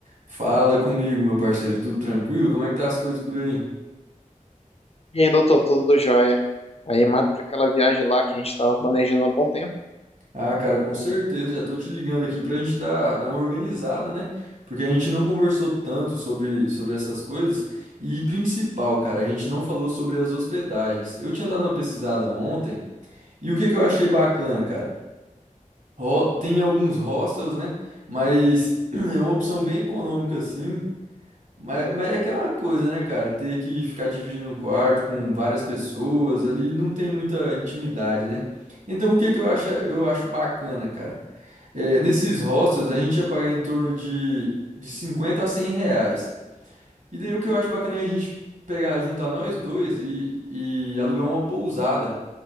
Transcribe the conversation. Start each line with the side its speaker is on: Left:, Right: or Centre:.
Right: Fala comigo, meu parceiro, tudo tranquilo? Como é que tá as coisas por aí?
Left: E aí, doutor, tudo jóia? Animado para aquela viagem lá que a gente estava planejando há bom tempo.
Right: Ah, cara, com certeza, já tô te ligando aqui pra gente dar, dar uma organizada, né? Porque a gente não conversou tanto sobre, sobre essas coisas. E principal, cara, a gente não falou sobre as hospedagens. Eu tinha dado uma pesquisada ontem e o que que eu achei bacana, cara? Ho- tem alguns hostels, né? Mas <clears throat> é uma opção bem econômica, assim. Mas, mas é aquela coisa, né, cara? Ter que ficar dividindo um quarto com várias pessoas ali não tem muita intimidade, né? Então o que que eu acho, eu acho bacana, cara? É, nesses hostels a gente ia pagar em torno de, de 50 a 100 reais. E daí o que eu acho bacana é a gente pegar, juntar nós dois e, e alugar uma pousada.